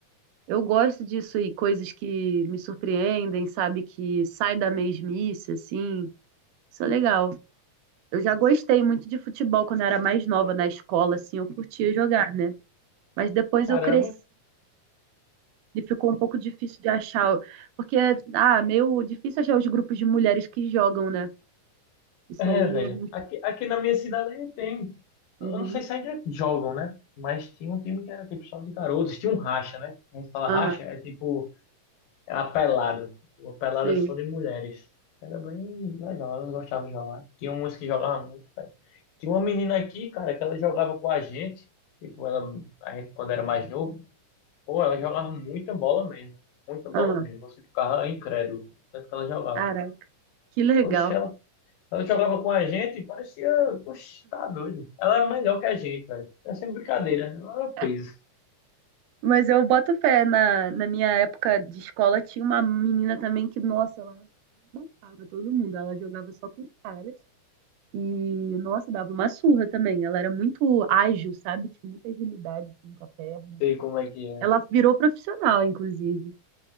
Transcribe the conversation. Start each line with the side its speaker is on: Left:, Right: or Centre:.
Right: Eu gosto disso e coisas que me surpreendem, sabe? Que sai da mesmice, assim. Isso é legal. Eu já gostei muito de futebol quando eu era mais nova na escola, assim, eu curtia jogar, né? Mas depois
Left: Caramba.
Right: eu cresci e ficou um pouco difícil de achar, porque ah, meio difícil achar os grupos de mulheres que jogam, né? Isso
Left: É,
Right: aí,
Left: velho.
Right: é-
Left: Aqui, aqui na minha cidade aí tem.
Right: uhum,
Left: Eu não sei se ainda jogam, né? Mas tinha um time que era tipo só de garotos. Tinha um racha, né? A gente fala
Right: aham,
Left: racha, é tipo. É a pelada. Uma pelada
Right: sim,
Left: só de mulheres. Era bem legal, elas gostavam de jogar. Tinha umas que jogavam muito, velho. Tinha uma menina aqui, cara, que ela jogava com a gente. Tipo, ela, a gente, quando era mais novo, pô, ela jogava muita bola mesmo. Muita bola
Right: aham.
Left: mesmo. Você ficava incrédulo. Tanto que ela jogava.
Right: Caraca, que legal.
Left: Oxe, ela jogava com a gente e parecia. Oxe, tá doido. Ela era melhor que a gente, velho. É sempre brincadeira. né? Ela era peso.
Right: <laughs> Mas eu boto fé, na, na minha época de escola tinha uma menina também que, nossa, ela matava todo mundo, ela jogava só com os caras e, nossa, dava uma surra também. Ela era muito ágil, sabe? Tinha muita agilidade assim, com a perna.
Left: Sei como é que é.
Right: Ela virou profissional, inclusive,